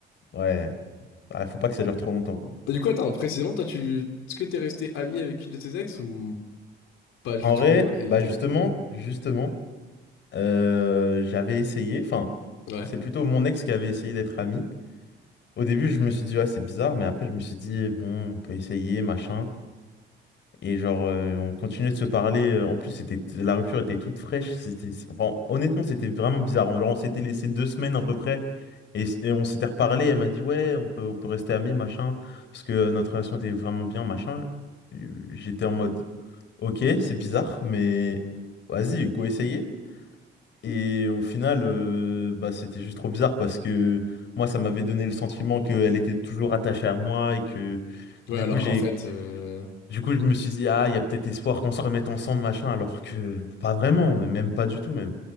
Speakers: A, on the left; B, on the left.
A: Ouais, Ah, faut pas que ça dure trop longtemps, quoi.
B: Et Du coup, attends, précisément, toi, tu... est-ce que t'es resté ami avec une de tes ex ou pas du
A: En
B: tout,
A: vrai,
B: euh, évité?
A: bah justement, justement, euh, j'avais essayé, enfin,
B: Ouais.
A: c'est plutôt mon ex qui avait essayé d'être ami. Au début, je me suis dit, ouais, c'est bizarre, mais après, je me suis dit, bon, on peut essayer, machin. Et genre, euh, on continuait de se parler. euh, En plus, c'était la rupture était toute fraîche. C'était, enfin, honnêtement, c'était vraiment bizarre. Genre, on s'était laissé deux semaines à peu près. Et, s- et on s'était reparlé. Elle m'a dit, ouais, on peut, on peut rester amis, machin. Parce que euh, notre relation était vraiment bien, machin. Euh, J'étais en mode, ok, c'est bizarre, mais vas-y, go essayer. Et au final, euh, bah, c'était juste trop bizarre parce que moi, ça m'avait donné le sentiment qu'elle était toujours attachée à moi et que
B: Ouais,
A: du
B: alors
A: coup, j'ai,
B: qu'en fait, euh,
A: du coup, je me suis dit, ah, il y a peut-être espoir qu'on se remette ensemble, machin, alors que pas vraiment, même pas du tout, même.